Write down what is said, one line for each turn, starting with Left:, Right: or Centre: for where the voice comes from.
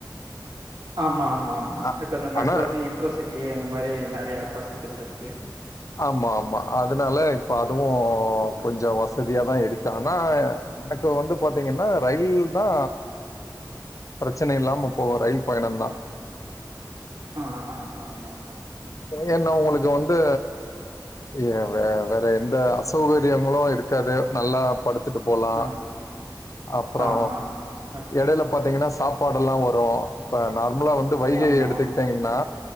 Right: ஆமா ஆமா ஆமா
Left: அ
Right: இப்ப இந்த மெட்ரோ
Left: ஆனா
Right: சி இன்ட்ரோசிட்டி அந்த மாரி நெறைய பசுக்கள்ள இருக்கு
Left: <unintelligible> ஆமா ஆமா அதனால இப்ப அதுவு கொஞ்ச வசதியாதா இருக்கு ஆனா எனக்கு வந்து பாத்தீங்கன்னா ரயில் தா பிரச்சனை இல்லாம போக ரயில் பயணந்தா
Right: ஆ, ஆ, ஆமாமா.
Left: ஏன்னா உங்களுக்கு வந் து ஏ வே வேற எந்த அசௌகரியங்களு இருக்காது நல்லா படுத்துட்டு போலா
Right: ஆமா,
Left: அப்பறோ
Right: ஆமா. அ
Left: எடையில பாத்தீங்கன்னா சாப்பாடெல்லா வரு இப்ப நார்மலா வந்து வைகை
Right: ஆமா.
Left: எடுத்துக்கிட் டிங்கன்னா